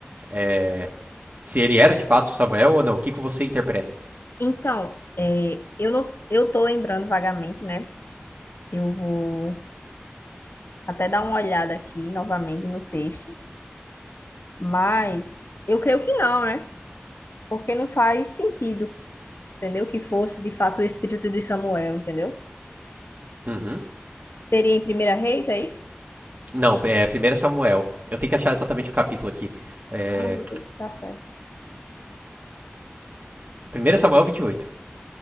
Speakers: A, on the right; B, on the left.
A: é, se ele era de fato Samuel ou não. O que, que você interpreta?
B: Então, é, eu não eu tô lembrando vagamente, né? Eu vou até dar uma olhada aqui novamente no texto. Mas eu creio que não, né? Porque não faz sentido, entendeu? Que fosse de fato o espírito de Samuel, entendeu?
A: Uhum.
B: Seria em Primeira Reis, é isso?
A: Não, é, 1 Samuel. Eu tenho que achar exatamente o capítulo aqui. É,
B: Ah, mas Tá certo.
A: 1 Samuel 28.